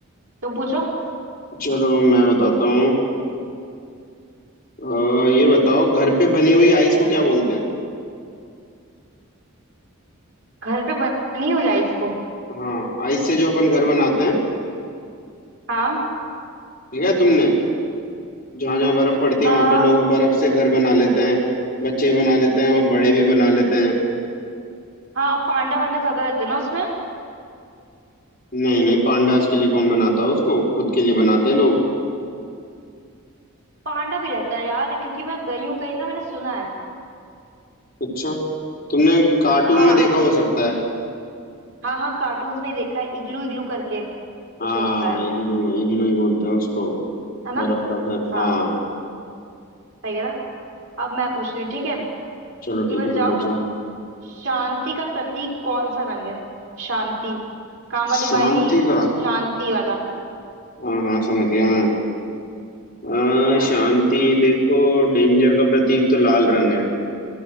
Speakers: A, on the right; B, on the left.
A: तुम पूछो
B: चलो मैं बताता हूँ अ, ये बताओ घर पे बनी हुई आइस को क्या बोलते हैं
A: घर पे बनी हुई आइस को
B: हाँ आइस से जो अपन घर बनाते हैं
A: हाँ
B: ठीक है तुमने जहाँ जहाँ बर्फ पड़ती
A: आ,
B: है वहां पे लोग बर्फ से घर बना लेते हैं बच्चे भी बना लेते हैं और
A: जिस
B: बड़े भी बना लेते हैं
A: हाँ पांडा वांडा ज्यादा रहते हैं ना उसमें
B: नहीं नहीं पांडास के लिए कौन बनाता है उसको खुद के लिए बनाते हैं लोग
A: पांडा भी रहता है यार क्योंकि मैं गई हूँ कहीं ना मैंने सुना है
B: अच्छा तुमने कार्टून
A: हाँ
B: में देखा हो सकता है
A: हाँ हाँ कार्टून्स में देखा है इग्लू इग्लू करके कुछ
B: हाँ
A: होता है
B: इग्लू इग्लू ही बोलते हैं उसको
A: है ना
B: बर्फ का घर
A: हाँ
B: हाँ
A: सही है ना अब मैं पूछती हूँ ठीक है
B: चलो ठीक
A: ये बताओ
B: है तुम पूछो
A: शांति का प्रतीक कौन सा रंग है शांति काम वाली
B: शांति
A: बाई नहीं
B: का
A: शांति वाला
B: हाँ हाँ समझ गया हाँ। अ,
A: हाँ
B: शांति देखो डेंजर का प्रतीक तो लाल रंग है